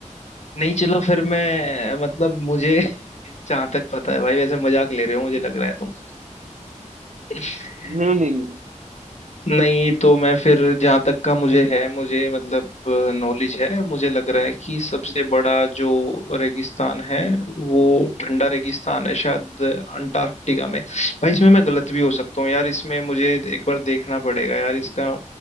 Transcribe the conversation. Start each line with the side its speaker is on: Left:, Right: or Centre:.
Left: नहीं चलो फिर मैं मतलब मुझे <laughs> जहाँ तक पता है भाई वैसे मजाक ले रहे हो मुझे लग रहा है तुम <laughs>
Right: नहीं नहीं नहीं
Left: नहीं तो मैं फिर जहाँ तक का मुझे है मुझे मतलब नॉलेज है मुझे लग रहा है कि सबसे बड़ा जो रेगिस्तान है वो ठंडा रेगिस्तान है शायद अंटार्कटिका में भाई इसमें मैं गलत भी हो सकता हूँ यार इसमें मुझे एक बार देखना पड़ेगा यार इसका